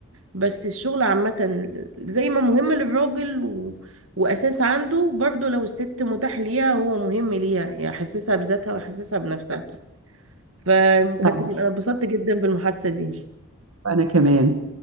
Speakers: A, on the right (about 70°); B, on the right (about 85°).
A: بس الشغل عامة زي ما مهم للراجل و... وأساس عنده برضه لو الست متاح ليها هو مهم ليها يحسسها بذاتها ويحسسها بنفسها فكانت
B: آه،
A: أنا اتبسطت جدا بالمحادثة دي
B: أنا كمان